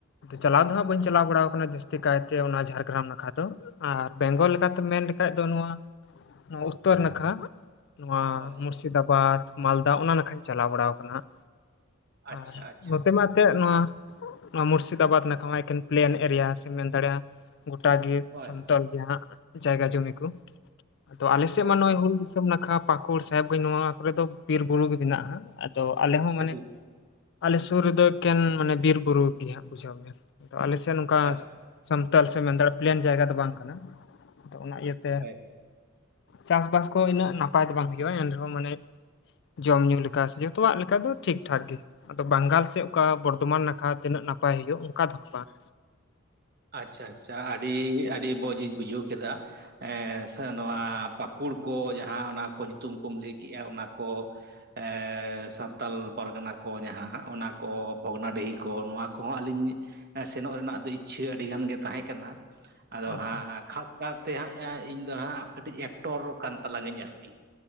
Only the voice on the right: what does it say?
ᱦᱳᱭ
ᱟᱪᱪᱷᱟ
ᱟᱪᱪᱷᱟ
ᱦᱳᱭ
ᱦᱳᱭ
ᱦᱳᱭ
ᱟᱹᱰᱤ
ᱟᱪᱪᱷᱟ
ᱦᱳᱭ
ᱟᱪᱪᱷᱟ ᱟᱪᱪᱷᱟ ᱟᱹᱰᱤ ᱟᱹᱰᱤ ᱢᱚᱸᱡ ᱤᱧ ᱵᱩᱡᱷᱟᱹᱣ ᱠᱮᱫᱟ ᱮᱸ ᱥᱟᱱᱼᱼ ᱱᱚᱣᱟ ᱯᱟᱠᱩᱲ ᱠᱚ ᱡᱟᱦᱟᱸ ᱚᱱᱟ ᱠᱚ ᱧᱩᱛᱩᱢ ᱠᱚᱢ ᱞᱟᱹᱭ ᱠᱮᱫᱮᱜᱼᱟ ᱚᱱᱟ ᱠᱚ, ᱮ ᱥᱟᱱᱛᱟᱲ ᱯᱟᱨᱜᱟᱱᱟ ᱠᱚ ᱡᱟᱦᱟᱸ ᱦᱟᱸᱜ ᱚᱱᱟ ᱠᱚ ᱵᱷᱚᱜᱽᱱᱟᱰᱤᱦᱤ ᱠᱚ ᱱᱚᱣᱟ ᱠᱚᱦᱚᱸ ᱟᱹᱞᱤᱧᱼᱼ ᱥᱮᱱᱚᱜ ᱨᱮᱱᱟᱜ ᱫᱚ ᱤᱪᱪᱷᱟᱹ ᱟᱹᱰᱤ ᱜᱟᱱ ᱜᱮ ᱛᱟᱦᱮᱸ ᱠᱟᱱᱟ ᱟᱫᱚ
ᱦᱟᱸᱜ ᱠᱷᱟᱥ ᱠᱟᱨᱼᱼ ᱛᱮ ᱦᱟᱸᱜ ᱤᱧ ᱫᱚ ᱦᱟᱸᱜ ᱠᱟᱹᱴᱤᱡ ᱮᱠᱴᱚᱨ ᱠᱟᱱ ᱛᱟᱞᱟᱝ ᱟᱹᱧ ᱟᱨᱠᱤ᱾